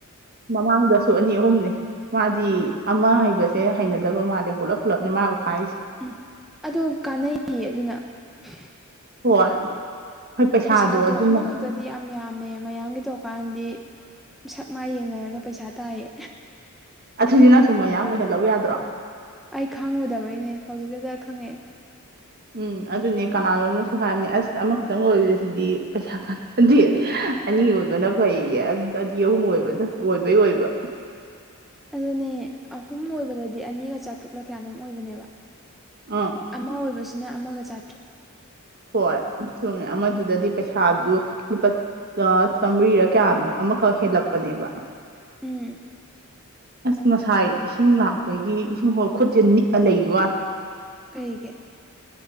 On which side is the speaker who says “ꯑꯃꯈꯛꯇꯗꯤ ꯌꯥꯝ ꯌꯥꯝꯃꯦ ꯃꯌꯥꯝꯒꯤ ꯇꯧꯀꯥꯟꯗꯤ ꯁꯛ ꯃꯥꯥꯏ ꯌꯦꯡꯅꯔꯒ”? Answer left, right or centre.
Centre